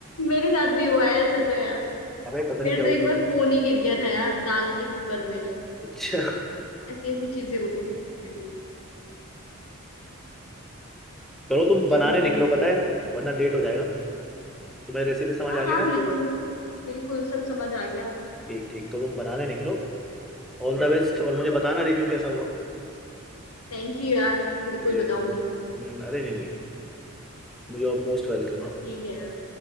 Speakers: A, on the left; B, in the centre.
A: मेरे साथ भी हुआ है ऐसा तो यार
B: हमें पता नहीं
A: मेरा
B: क्या
A: तो
B: हुआ
A: एक बार
B: था
A: फोन ही गिर गया था यार दाल के कुकर में
B: अच्छा
A: ऐसी ऐसी चीजें होती हैं मुझसे भी।
B: चलो तुम
A: इसलिए
B: बनाने
A: मम्मी
B: निकलो
A: मेरे को
B: पता है वरना लेट हो जाएगा तुम्हें रेसिपी समझ
A: हाँ
B: आ गई
A: हाँ
B: ना अच्छे
A: बिल्कुल
B: से
A: बिल्कुल सब समझ आ गया
B: ठीक ठीक तो तुम बनाने निकलो ऑल द बेस्ट और मुझे बताना रिव्यू कैसा हुआ
A: थैंक यू यार बिल्कुल
B: ओके
A: बताऊंगी
B: हम्म अरे नहीं नहीं यू आर मोस्ट वेलकम
A: ठीक है यार